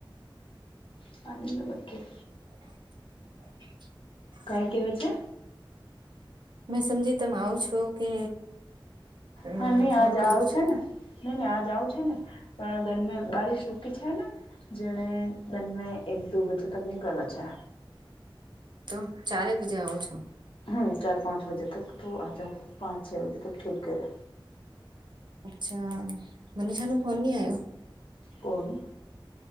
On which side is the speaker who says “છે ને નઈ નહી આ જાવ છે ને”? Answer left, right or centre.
Left